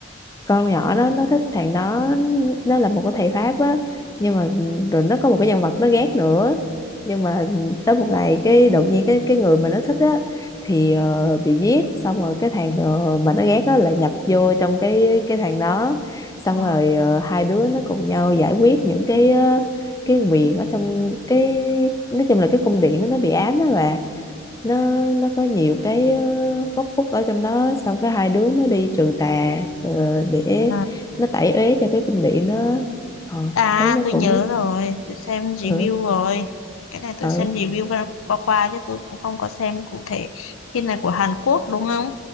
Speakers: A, on the left (about 15°); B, on the left (about 85°).
A: con nhỏ đó nó thích thằng đó nó là một cái thầy Pháp á nhưng mà rồi nó có một cái nhân vật nó ghét nữa nhưng mà tới một ngày cái đột nhiên cái cái người mà nó thích á thì ờ, bị giết xong rồi cái thằng ờ, mà nó ghét á là nhập vô trong cái cái thằng đó xong
B: Ừ.
A: rồi ờ, hai đứa nó cùng nhau giải quyết những cái ờ, cái nguyện ở trong cái nói chung là cái cung điện đó, nó bị ám á bà nó nó có nhiều cái ờ, góc khuất ở trong đó xong cái hai đứa nó đi trừ tà ờ, để
B: Ừ.
A: nó tẩy uế cho cái cung điện đó ờ,
B: À,
A: tôi thấy nó
B: tôi
A: cũng
B: nhớ rồi, tôi xem review
A: ờ
B: rồi. Cái này tôi
A: ờ
B: xem review qua qua, qua chứ tôi cũng không có xem cụ thể. Phim này của Hàn Quốc đúng không?